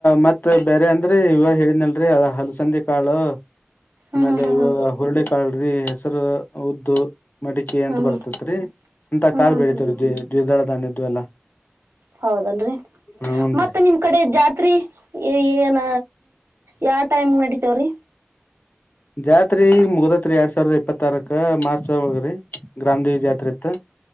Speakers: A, on the left (about 45°); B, on the right (about 80°).
A: ಮತ್ ಬೇರೆ ಅಂದ್ರಿ ಇವಾಗ ಹೇಳಿದ್ನಲ್ರಿ ಅದ ಹಲ್ಸಂದಿ ಕಾಳು
B: ಹ್ಮ್
A: ಆಮೇಲೆ
B: ಹ್ಮ್
A: ಇವು
B: ಹ್ಮ್
A: ಹುರುಳಿಕಾಳ್ರಿ ಹೆಸರು ಉದ್ದು ಮಟಿಕಿ
B: ಹ್ಮ್
A: ಅಂತ ಬರ್ತತ್ ರಿ ಅಂತ
B: ಹ್ಮ್
A: ಕಾಳ್
B: ಹ್ಮ್ ಹ್ಮ್ ಹ್ಮ್
A: ಬೆಳಿತೇವ್
B: ಹ್ಮ್
A: ರೀ <unintelligible> ದ್ವಜಾಳಧನ್ದ್ದು ಎಲ್ಲಾ
B: ಹೌದನ್ರಿ
A: ಹೂನ್
B: ಮತ್
A: ರೀ
B: ನಿಮ್ ಕಡೆ ಜಾತ್ರಿ ಏನ ಯಾವ ಟೈಮ್ ನಡಿತವ್ರೀ
A: ಜಾತ್ರಿ ಮುಗದಾತ್ರಿ ಎರಡ್ ಸಾವಿರದ ಇಪ್ಪತ್ತಾರಕ ಮಾರ್ಚ್ ಹೋಗ್ರಿ ಗ್ರಾಮದ ಜಾತ್ರಿ ಇತ್ತು